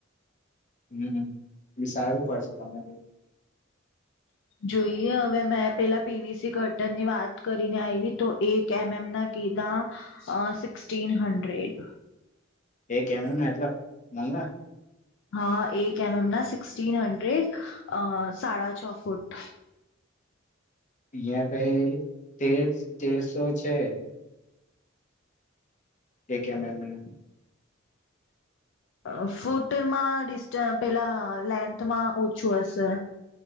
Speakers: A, on the left (about 40°); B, on the left (about 60°).
A: હમ્મ વિસારવું પડશે તમને બી.
B: જોઈએ હવે મેં પેલા પી વી સી કર્ટનની વાત કરીને આયવી તો, એક એમ એમ ના કીધા અ સિક્સટીન હંડ્રેડ.
A: એક એમ એમના, એટલા મંગા.
B: હા, એક એમ એમના સિક્સટીન હન્ડ્રેડ અ સાડા છ ફૂટ.
A: અહિયાં કઈ તેર સ તેરસો છે. એક એમ એમના.
B: અ ફૂટમાં ડિસ્ટ પેલા લેન્થમાં ઓછું હશે.